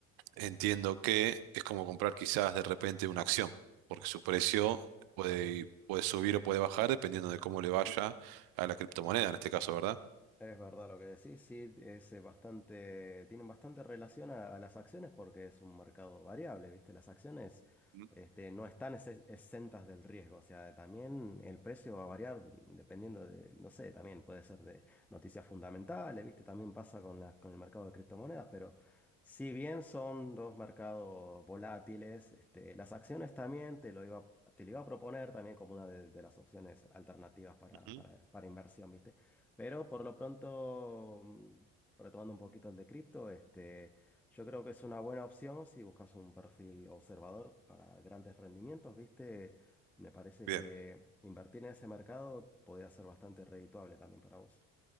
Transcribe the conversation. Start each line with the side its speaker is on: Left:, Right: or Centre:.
Right: entiendo que es como comprar quizás de repente una acción, porque su precio
Centre: ujú.
Right: puede, puede subir o puede bajar dependiendo de cómo le vaya a la criptomoneda en este caso, ¿verdad?
Centre: Es verdad lo que decís, sí, es eh, bastante, tienen bastante relación a, a las acciones porque es un mercado variable, ¿viste? Las acciones
Right: Mm.
Centre: este, no están ex- exentas del riesgo, o sea, también el precio va a variar dependiendo de, no sé, también puede ser de noticias fundamentales, ¿viste? También pasa con la- con el mercado de criptomonedas, pero si bien son dos mercados volátiles, este, las acciones también te lo iba, te lo iba a proponer también como una de, de las opciones alternativas para,
Right: Ujú.
Centre: para para inversión, ¿viste? Pero por lo pronto, mm, retomando un poquito el de cripto, este, yo creo que es una buena opción si buscas un perfil observador para grandes rendimientos, ¿viste? Me parece
Right: Bien.
Centre: que invertir en ese mercado podría ser bastante redituable también para vos.